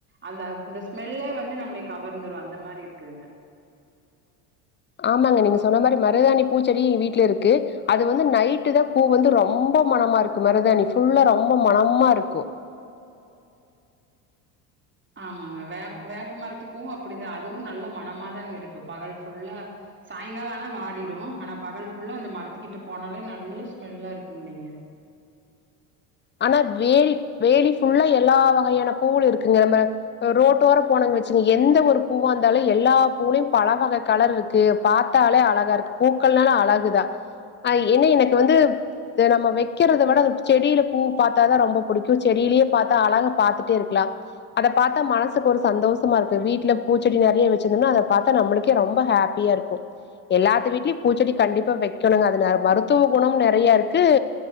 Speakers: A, on the right; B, on the left.
A: அந்த அந்த ஸ்மெல்லே வந்து நம்மளை கவர்ந்துரு அந்த மாரி இருக்குதுங்க
B: ஆமாங்க நீங்க சொன்ன மாதிரி மருதாணி பூச்செடி எங்க வீட்ல இருக்கு அது வந்து நைட்டு தா பூ வந்து ரொம்ப மனமா இருக்கு மருதாணி புல்லா ரொம்ப மனமா இருக்கும்
A: ஆமாங்க வேப்ப வேப்ப மரத்துப்பூவும் அப்படிதா அதுவும் நல்ல மனமாதாங்க இருக்கு பகல் ஃபுல்லா சாயங்காலோ ஆனா வாடிடும் ஆனா பகல் ஃபுல்லா அந்த மரத்துக்கிட்ட போனாலே நல்ல ஸ்மெல்லா இருக்கும் இல்லைங்க
B: ஆனா வேலி வேலி ஃபுல்லா எல்லா வகையான பூவுள் இருக்குங்க நம்ம ரோட்டோரோ போனோன் வச்சு எந்த ஒரு பூவா இருந்தாலும் எல்லா பூவுலயு பலவக கலர் இருக்கு பாத்தாலே அழகா இருக்கு பூக்கள்னால அழகுதா என்ன எனக்கு வந்து நம்ம வைக்கிறத விட அது செடியில பூ பாத்தாதா ரொம்ப பிடிக்கும் செடியிலேயே பாத்தா அழக பாத்துட்டே இருக்கலா அத பாத்தா மனசுக்கு ஒரு சந்தோஷமா இருக்கு வீட்டுல பூச்செடி நிறைய வச்சிருந்தோன்னா அத பாத்தா நம்மளுக்கே ரொம்ப ஹேப் பியா இருக்கும் எல்லாத்து வீட்டு லயும் பூச்செடி கண்டிப்பா வைக்கணுங்க அதுல மருத்துவ குணம் நெறைய இருக்கு